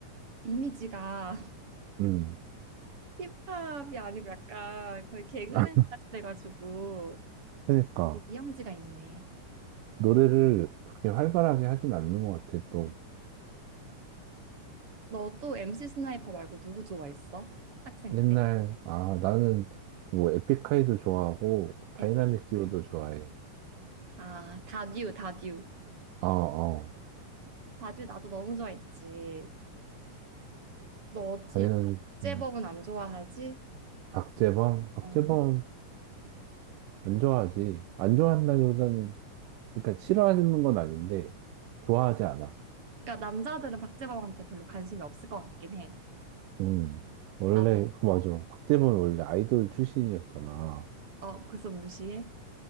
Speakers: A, on the right (about 40°); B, on the right (about 80°).
A: 이미지가
B: 응.
A: <laughs> 힙합이 아니고 약간 거의 개그맨
B: <laughs>
A: 같이 돼가지고
B: 그러니까,
A: 이영지가 있네.
B: 노래를 그렇게 활발하게 하진 않는 것 같아, 또.
A: 너 또 MC 스나이퍼 말고 누구 좋아했어? 학생
B: 옛날,
A: 때?
B: 아, 나는 뭐, 에픽하이도 좋아하고, 다이나믹
A: 에픽
B: 듀오도
A: 아이.
B: 좋아해.
A: 아, 다듀, 다듀.
B: 어, 어.
A: 다듀 나도 너무 좋아했지. 너 제,
B: 다이나믹
A: 박재범은
B: 듀오.
A: 안 좋아하지?
B: 박재범? 박재범은
A: 어.
B: 안 좋아하지. 안 좋아한다기보다는, 그러니까 싫어하는 건 아닌데, 좋아하지 않아.
A: 그러니까 남자들은 박재범한테 별로 관심이 없을 것 같긴 해.
B: 음. 원래,
A: 난 너,
B: 그 맞아. 박재범이 원래 아이돌 출신이었잖아.
A: 어, 그래서 무시해?